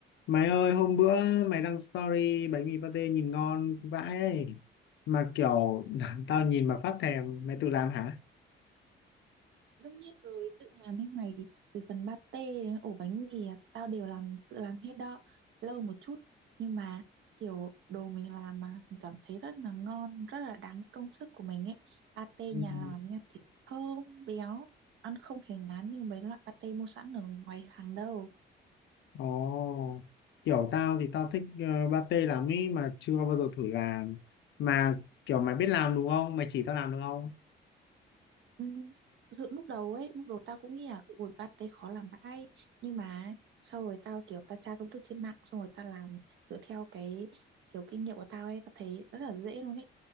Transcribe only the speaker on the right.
Đương nhiên rồi, tự làm đấy mày, từ phần pate đến ổ bánh mì, à, tao đều làm, tự làm hết đó. Lâu một chút, nhưng mà kiểu đồ mình làm mà mình cảm thấy rất là ngon, rất là đáng công sức của mình ấy. Pate
nhà làm nha, thịt thơm, béo, ăn không hề ngán như mấy loại pate mua sẵn ở ngoài hàng đâu.
Ừm, thực sự lúc đầu ấy lúc đầu tao cũng nghĩ là ủi pate khó làm vãi nhưng mà sau rồi tao kiểu tao tra công thức trên mạng xong rồi tao làm dựa theo cái kiểu kinh nghiệm của tao ấy tao thấy rất là dễ luôn ấy